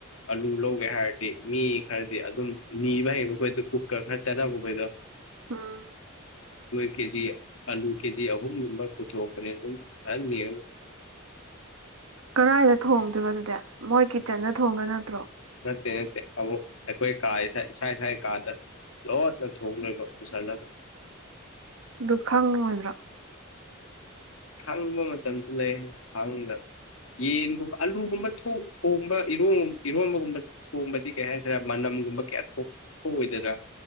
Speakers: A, on the left (about 75°); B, on the right (about 80°).
A: ꯑꯂꯨ ꯂꯧꯒꯦ ꯍꯥꯏꯔꯗꯤ ꯃꯤ ꯈꯔꯗꯤ ꯑꯗꯨꯝ ꯅꯤꯕ ꯍꯩꯕ ꯈꯣꯏꯗ ꯀꯨꯛꯀ ꯈꯔ ꯆꯠꯅꯕ ꯈꯣꯏꯗꯣ
B: ꯎꯝ
A: ꯀꯦꯖꯤ ꯑꯂꯨ ꯀꯦꯖꯤ ꯑꯍꯨꯝꯒꯨꯝꯕ ꯄꯨꯊꯣꯛꯄꯅꯦ ꯑꯗꯨꯝ ꯐꯍꯅꯤ
B: ꯀꯔꯥꯏꯗ ꯊꯣꯡꯗꯣꯏꯅꯣ ꯑꯗꯨꯗꯤ ꯃꯣꯏ ꯀꯤꯠꯆꯟꯗ ꯊꯣꯡꯗ ꯅꯠꯇ꯭ꯔꯣ
A: ꯅꯠꯇꯦ ꯅꯠꯇꯦ ꯑꯃꯨꯛ ꯑꯩꯈꯣꯏ ꯀꯥ ꯏꯁ ꯏꯁꯥ ꯏꯁꯥ ꯀꯥꯗ ꯂꯗꯅꯦ ꯊꯣꯡ ꯄꯁꯥꯏꯂꯒ
B: ꯗꯨꯈꯪ ꯃꯣꯏꯗ꯭ꯔꯥ
A: ꯈꯥꯡꯕ ꯃꯇꯝꯁꯨ ꯂꯩ ꯈꯥꯡꯗ ꯌꯦꯟꯒꯨꯝꯕ ꯑꯂꯨꯒꯨꯝꯕ ꯊꯣꯡꯕꯔ ꯏꯔꯣꯟꯕꯒꯨꯝꯕ ꯊꯣꯡꯕꯗꯤ ꯀꯩ ꯍꯥꯏꯁꯤꯔꯦ ꯃꯅꯝ ꯒꯨꯝ ꯀꯌꯥ ꯊꯣꯛ ꯊꯣꯛꯑꯣꯏꯗꯅ